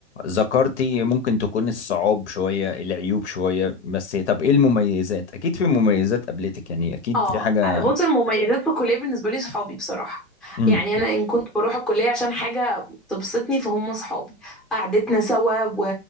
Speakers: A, on the left (about 75°); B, in the centre.
A: ذكرتي ممكن تكون الصعاب شوية العيوب شوية بس طب ايه المميزات اكيد في مميزات قابلتك يعني اكيد
B: اه
A: في حاجة
B: بص المميزات في الكليه بالنسبه لي صحابي بصراحه
A: امم
B: يعني انا ان كنت بروح الكليه عشان حاجه تبسطني فهم صحابي قعدتنا سوا و...